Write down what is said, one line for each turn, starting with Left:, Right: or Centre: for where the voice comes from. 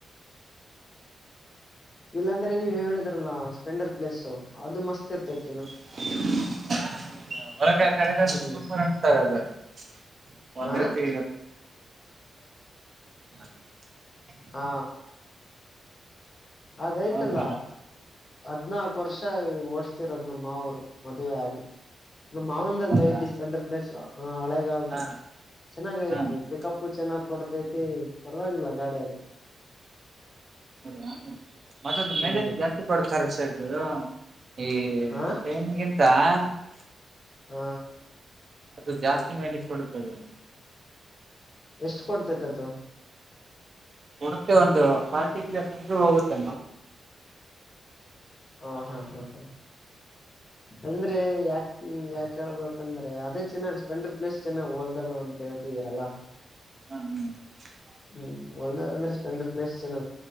Left: ಇಲ್ಲಾಂದ್ರೆ ನೀವು ಹೇಳಿದ್ರಲ್ಲ ಸ್ಪ್ಲೆಂಡರ್ ಪ್ಲಸ್ ಅದು ಮಸ್ತ್ ಇರ್ತಾಯಿತಿ
Right: <unintelligible>
Left: ಹ್ಮ್
Right: ಒಂದು
Left: ಹ
Right: ರೀತಿ <unintelligible>
Left: ಆ ಅದಯ್ತಲ್ಲ
Right: ಅವಾಗ
Left: ಹದಿನಾಲ್ಕು ವರ್ಷ ಓಡುಸ್ತಾ ಇರೋದು ನಮ್ಮವರು ಮದುವೆಯಾಗಿ ನಮ್ಮವಂದು ಒಂದು
Right: ಹೌದಾ
Left: ಐತಿ ಸ್ಪ್ಲೆಂಡರ್ ಪ್ಲಸ್ ಮಳೆಗಾಲದು
Right: ಹಾ
Left: ಚನ್ನಾಗಿದೆ
Right: ಹಾ ಹಾ
Left: ಪಿಕಪ್ ಉ ಚೆನ್ನಾಗಿ ಕೊಡುತ್ತೆ <inaudible> ಪರ್ವಾಗಿಲ್ಲ ಗಾಡಿಯದು
Right: ಹೌದೇನು <inaudible> <unintelligible>
Left: ಹ್ಮ್ ಹ
Right: <unintelligible> <unintelligible>
Left: ಹ್ಮ
Right: ಅದು ಜಾಸ್ತಿ ಮೈಲೇಜ್ ಕೊಡುತ್ತದೆ.
Left: ಎಷ್ಟು ಕೊಡತೈತದು
Right: ಕೊಡುತ್ತೆ ಒಂದು ಫಾರ್ಟಿ ಪ್ಲಸ್ ಅಂದೂ ಹೋಗುತ್ತೆ
Left: ಹಾ ಹಾ ಹಾ ಹಾ ಅಂದ್ರೆ ಯಾಕ್ ಯಾಕ ಹೇಳ್ಬೇಕಂದ್ರೆ ಅದೇ ಚೆನ್ನಾಗ್ ಸ್ಪೆಂಡ್ರರ್ ಪ್ಲೇಸ್ ಚೆನ್ನಾಗ್ ಹೋಲ್ದಲ್ಲ ಅಂತ ಹೇಳ್ತಿದೀರಲ್ಲ
Right: ಹಾ ಹಾ
Left: ಹ್ಮ್ ಹೊಲದಲ್ಲಿ ಅಂದ್ರೆ ಸ್ಪೆಂಡರ್ ಪ್ಲೇಸ್ ಚೆನ್